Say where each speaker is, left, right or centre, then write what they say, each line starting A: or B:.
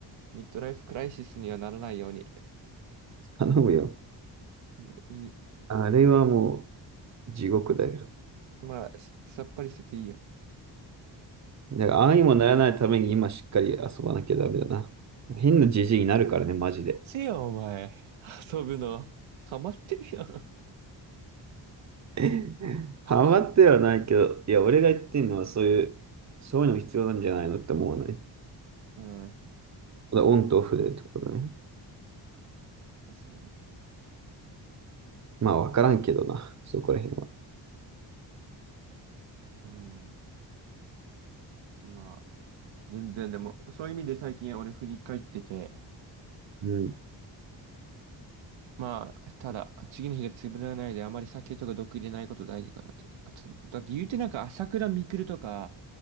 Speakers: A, on the right (about 85°); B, on the right (about 35°).
A: ミッドライフクライシスにはならないように。
B: 頼むよ。
A: いい、
B: あれはもう地獄だよ。
A: まあ、しさっぱりしてていいよ。
B: だからああにもならないために今しっかり遊ばなきゃダメだな。変なじじいになるからね、マジで。
A: せや、お前。遊ぶの。ハマってるやん。
B: <laughs> ハマってはないけど、いや、俺が言ってんのはそういう、そういうの必要なんじゃないのって思わない。
A: うん。
B: だオンとオフでってことね。
A: 確かにね。
B: まあ、わからんけどな、そこら辺は。
A: うん。まあ。全然でも、そういう意味で最近俺振り返ってて、
B: うん。
A: まあ、ただ、次の日が潰れないで、あまり酒とか毒入れないこと大事かなって。あと、だって言うてなんか朝倉未来とか、